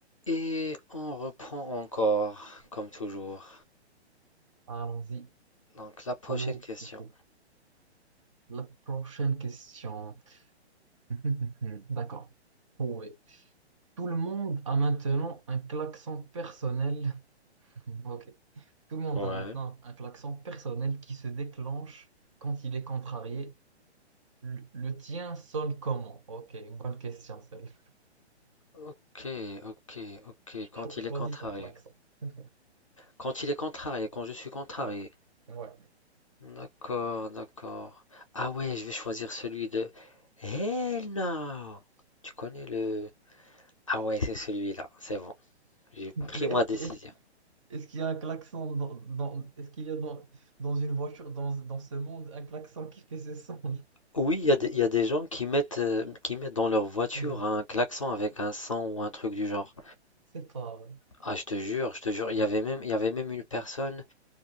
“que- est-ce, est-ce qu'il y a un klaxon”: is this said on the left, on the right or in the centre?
Right